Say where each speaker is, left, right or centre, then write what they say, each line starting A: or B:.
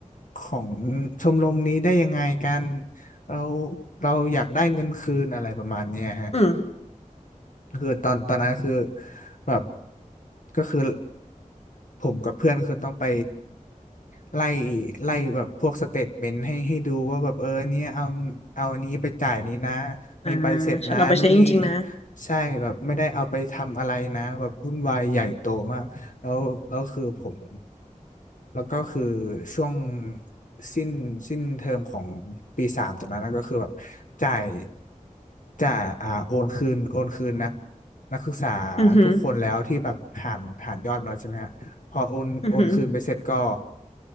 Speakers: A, on the left; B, on the left.
A: ของชมรมนี้ได้ยังไงกันเราเราอยากได้เงินคืนอะไรประมาณเนี้ยฮะ
B: อืม
A: คือตอนตอนนั้นคือแบบก็คือ ผมกับเพื่อนคือต้องไปไล่ไล่แบบพวกสเตทเมนต์ให้ให้ดูว่าแบบเออเนี่ยเอาเอาอันนี้ไปจ่ายนี้นะ
B: อ่า
A: มีใบเสร็จนะนู่นนี่
B: ฉันเอาไปใช้จริงๆนะ
A: ใช่แบบไม่ได้เอาไปทำอะไรนะแบบวุ่นวายใหญ่โตมากแล้วแล้วคือผม แล้วก็คือช่วงสิ้นสิ้นเทอมของปีสามตรงนั้นนะก็คือแบบจ่ายจ่ายอ่าโอนคืนโอนคืนนักนักศึกษา
B: อือหือ
A: ทุกคนแล้วที่แบบหารหารยอดมาแล้วใช่ไหมฮะพอโอนโอนคืนไปเสร็จก็
B: อือหือ